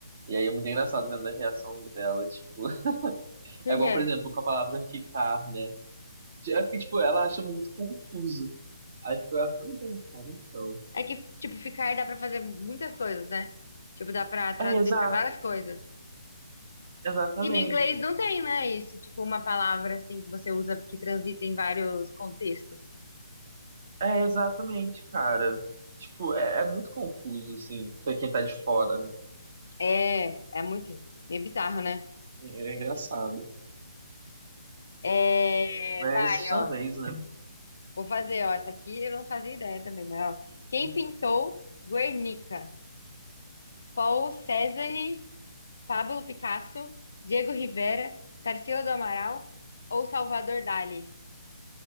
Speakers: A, on the right; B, on the left.
A: E aí é muito engraçado vendo a reação dela, tipo. <laughs>
B: Por
A: É igual,
B: quê?
A: por exemplo, com a palavra ficar, né? É porque, tipo, ela acha muito confuso. Aí fica, ah, pois é, cara, então.
B: É que, tipo, ficar dá pra fazer muitas coisas, né? Tipo, dá pra traduzir
A: É, exato,
B: pra várias coisas.
A: exatamente.
B: E no inglês não tem, né? Isso, tipo, uma palavra assim que você usa que transita em vários contextos.
A: É, exatamente, cara. Tipo, é, é muito confuso, assim, pra quem tá de fora, né?
B: É, é muito, meio bizarro, né?
A: É, engraçado.
B: É,
A: Mas
B: vai,
A: sua
B: ó.
A: vez, né?
B: Vou fazer, ó. Essa aqui eu não fazia ideia também, mas ó. Quem
A: Uhum.
B: pintou Guernica? Paul Cézanne, Pablo Picasso, Diego Rivera, Tarsila do Amaral ou Salvador Dali?